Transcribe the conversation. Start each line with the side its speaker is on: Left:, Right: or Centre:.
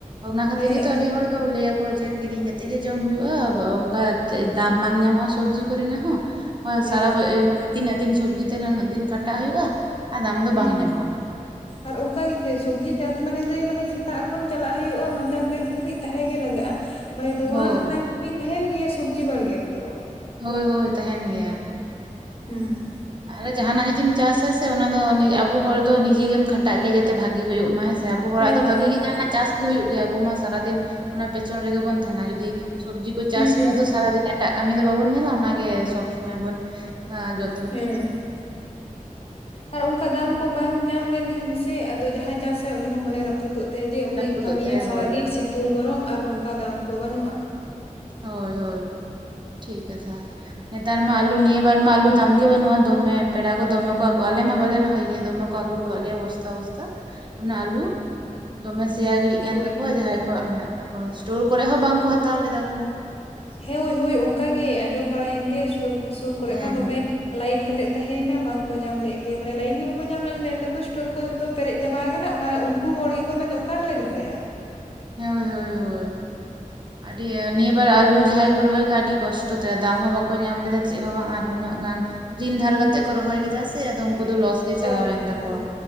Right: ᱚᱱᱟ ᱠᱷᱟᱹᱛᱤᱨ
Left: ᱦᱮᱸ
Right: ᱜᱮᱛᱚ ᱟᱹᱰᱤ ᱦᱚᱲ ᱞᱟᱹᱭᱟᱠᱚ ᱡᱮ ᱠᱤᱨᱤᱧ ᱠᱟᱛᱮᱜ ᱜᱮ ᱡᱚᱢ ᱦᱩᱭᱩᱜᱼᱟ ᱚᱱᱠᱟ ᱫᱟᱢ ᱵᱟᱝ ᱧᱟᱢᱚᱜᱼᱟ ᱥᱚᱵᱽᱡᱤ ᱠᱚᱨᱮᱱᱟᱜ ᱦᱚᱸ
Left: ᱦᱮᱸ
Right: ᱥᱟᱨᱟ ᱛᱤᱱᱟᱹᱜ ᱫᱤᱱ ᱥᱚᱵᱡᱤ ᱛᱟᱦᱮᱱᱟ ᱩᱱᱟᱹᱜ ᱫᱤᱱ ᱠᱷᱟᱴᱟᱜ ᱦᱩᱭᱩᱜᱼᱟ ᱟᱨ ᱫᱟᱢ ᱫᱚ
Left: ᱦᱩᱸ
Right: ᱵᱟᱝ ᱧᱟᱢᱚᱜᱼᱟ
Left: ᱟᱨ ᱚᱱᱠᱟ ᱜᱮᱥᱮ ᱥᱚᱵᱽᱡᱤ ᱪᱟᱥ ᱢᱟᱱᱮ ᱫᱟᱹᱭ ᱢᱟᱱᱮ ᱥᱮᱛᱟᱜ ᱠᱷᱚᱱ ᱪᱟᱞᱟᱜ ᱦᱩᱭᱩᱜᱼᱟ ᱢᱟᱟᱸᱪᱟᱱ ᱵᱮᱨ ᱫᱷᱟᱹᱵᱤᱡ ᱛᱟᱦᱮᱸ ᱜᱮ ᱞᱟᱜᱟᱜᱼᱟ ᱢᱟᱱᱮ ᱱᱚᱶᱟ
Right: ᱦᱳᱭ
Left: ᱦᱟᱱᱟ ᱠᱟᱹᱢᱤ ᱛᱟᱦᱮᱱ ᱜᱮᱭᱟ ᱥᱚᱵᱡᱤ ᱵᱟᱲᱜᱮ ᱨᱮᱫᱚ
Right: ᱦᱳᱭ ᱦᱳᱭ ᱛᱟᱦᱮᱱ ᱜᱮᱭᱟ
Left: ᱦᱩᱸ
Right: ᱟᱨ ᱡᱟᱦᱟᱱᱟᱜ ᱡᱩᱫᱤᱢ ᱪᱟᱥᱟ ᱥᱮ ᱚᱱᱟ ᱫᱚ ᱟᱵᱚ ᱦᱚᱲ ᱫᱚ ᱱᱤᱡᱮ ᱜᱮᱢ ᱠᱷᱟᱴᱟᱜ ᱜᱮᱭᱟ ᱡᱟᱛᱮ ᱵᱷᱟᱜᱤ ᱦᱳᱭᱜ ᱢᱟ ᱦᱮᱸ ᱥᱮ ᱥᱮ ᱟᱵᱚ ᱦᱚᱲᱟᱜ
Left: ᱦᱮᱸ
Right: ᱫᱚ ᱵᱷᱟᱜᱤ
Left: ᱦᱮᱸ
Right: ᱜᱮ
Left: ᱦᱮᱸ
Right: ᱡᱟᱦᱟᱱᱟᱜ ᱪᱟᱥ ᱜᱮ ᱦᱩᱭᱩᱜ ᱜᱮᱭᱟ ᱟᱵᱚ ᱢᱟ ᱥᱟᱨᱟᱫᱤᱱ ᱚᱱᱟ ᱯᱮᱪᱷᱚᱱ ᱨᱮᱜᱮ ᱵᱚᱱ ᱛᱟᱦᱮᱱᱟ ᱡᱩᱫᱤ ᱥᱚᱵᱡᱤ ᱠᱚ ᱪᱟᱥ
Left: ᱦᱩᱸ
Right: ᱦᱩᱭᱩᱜᱼᱟᱫᱚ ᱥᱟᱨᱟᱫᱤᱱ ᱮᱴᱟᱜ ᱠᱟᱹᱢᱤ ᱫᱚ ᱵᱟᱵᱚᱱ ᱧᱮᱞᱟ ᱚᱱᱟᱜᱮ ᱥᱚᱵᱽ ᱥᱩᱚᱢᱚᱭ ᱵᱚᱱ ᱡᱚ
Left: ᱦᱩᱸ ᱟᱨ ᱚᱝᱠᱟ ᱫᱟᱢ ᱠᱚ ᱵᱟᱝ ᱧᱟᱢ ᱞᱮᱱᱠᱷᱟᱱ ᱜᱮᱥᱮ ᱟᱫᱚ ᱡᱟᱦᱟᱸᱭ ᱪᱟᱥᱮ ᱩᱱᱤ ᱦᱚᱸᱚᱸ ᱢᱚᱱᱮ ᱨᱟᱹᱯᱩᱫᱚᱜ ᱛᱮ ᱡᱮ ᱩᱱᱟᱹᱜ
Right: ᱨᱟᱹᱯᱩᱫᱚᱜ
Left: ᱤᱧ ᱠᱟᱹᱢᱤᱭᱟ
Right: ᱛᱟᱭᱟ
Left: ᱥᱟᱨᱟᱫᱤᱱ
Right: ᱦᱳᱭ ᱦᱳᱭ
Left: ᱥᱤᱛᱩᱝ ᱜᱚᱨᱚᱢ ᱟᱨ ᱚᱱᱠᱟ ᱫᱟᱢ ᱠᱚ ᱵᱟᱹᱱᱩᱜᱼᱟ
Right: ᱦᱳᱭ ᱦᱳᱭ ᱴᱷᱤᱠ ᱠᱟᱛᱷᱟ ᱱᱮᱛᱟᱨ ᱢᱟ ᱟᱹᱞᱩ ᱱᱤᱭᱟᱹ ᱵᱟᱨ ᱢᱟ ᱟᱞᱩ ᱫᱟᱢ ᱜᱮ ᱵᱟᱹᱱᱩᱜᱼᱟ ᱫᱚᱢᱮ ᱯᱮᱲᱟ ᱠᱚ ᱫᱚᱢᱮ ᱠᱚ ᱟᱹᱩᱣᱟ ᱟᱞᱮ ᱢᱟ ᱵᱟᱞᱮ ᱨᱚᱦᱚᱭ ᱜᱮᱭᱟ ᱫᱚᱢᱮ ᱠᱚ ᱟᱹᱜᱩ ᱦᱚᱴᱚᱣᱟᱞ ᱞᱮᱭᱟ ᱵᱚᱥᱛᱟ ᱵᱚᱥᱛᱟ ᱚᱱᱟ ᱟᱞᱩ ᱫᱚᱢᱮ ᱥᱮᱭᱟ ᱜᱤᱲᱤᱜ ᱠᱟᱱ
Left: ᱦᱳᱭ
Right: ᱛᱟᱠᱚᱣᱟ ᱡᱟᱦᱟᱸᱭ ᱠᱚᱣᱟᱜ ᱢᱮᱱᱟᱜ ᱛᱟᱠᱚᱣᱟ ᱥᱴᱳᱨ ᱠᱚᱨᱮᱜ ᱦᱚᱸ ᱵᱟᱝᱠᱚ ᱦᱟᱛᱟᱣ ᱞᱮᱫᱟ ᱠᱚ
Left: ᱦᱮᱸᱳ ᱦᱳᱭ ᱚᱱᱠᱟ ᱜᱮ ᱟᱸᱡᱚᱢ ᱵᱟᱲᱟᱭᱮᱱ ᱜᱮ ᱥᱴᱳᱨ ᱠᱚ ᱥᱩᱨ ᱠᱚᱨᱮ
Right: ᱦᱮᱸ
Left: ᱢᱟ ᱫᱚᱢᱮ ᱞᱟᱭᱤᱱ ᱠᱟᱛᱮᱜ ᱛᱟᱦᱮᱸᱭᱮᱱᱟ ᱵᱟᱝᱠᱚ ᱧᱟᱢ ᱞᱮᱜ ᱜᱮᱭᱟ ᱢᱟᱱᱮ ᱞᱟᱭᱤᱱ ᱜᱮ ᱵᱟᱠᱚ ᱧᱟᱢ ᱞᱮ ᱢᱮᱱ ᱮᱟᱠᱚ ᱥᱴᱳ ᱠᱚ ᱡᱷᱚᱛᱚ ᱛᱚ ᱯᱮᱨᱮᱡ ᱪᱟᱵᱟ ᱟᱠᱟᱱᱟ ᱚᱠᱟ ᱩᱱᱠᱩ ᱦᱚᱲ ᱜᱮᱠᱚ ᱢᱮᱱᱮᱫ ᱚᱠᱟ ᱨᱮᱞᱮ ᱫᱚᱦᱚᱭᱟ
Right: ᱦᱳᱭ ᱦᱳᱭ ᱦᱳᱭ ᱟᱹᱰᱤ ᱱᱤᱭᱟᱹ ᱵᱟᱨ ᱟᱞᱩ ᱡᱟᱦᱟᱸᱟᱭ ᱠᱚ ᱨᱚᱦᱚᱭ ᱠᱷᱟᱡ ᱟᱹᱰᱤ ᱠᱚᱥᱴᱚ ᱛᱮ ᱫᱟᱢ ᱦᱚᱸ ᱵᱟᱠᱚ ᱧᱟᱢ ᱞᱮᱫᱟ ᱪᱮᱫ ᱦᱚᱸ ᱵᱟᱝ ᱟᱨ ᱩᱱᱟᱹᱜ ᱜᱟᱱ ᱨᱤᱱ ᱫᱷᱟᱨ ᱠᱟᱛᱮᱮᱫ ᱠᱚ ᱨᱚᱦᱚᱭ ᱠᱮᱫᱟ ᱥᱮ ᱟᱫᱚ ᱩᱱᱠᱩ ᱫᱚ ᱞᱚᱥ ᱜᱮ ᱪᱟᱞᱟᱣᱮᱱ
Left: ᱦᱮᱸ ᱦᱮᱸ
Right: ᱛᱟᱠᱚᱣᱟ
Left: ᱦᱮᱸ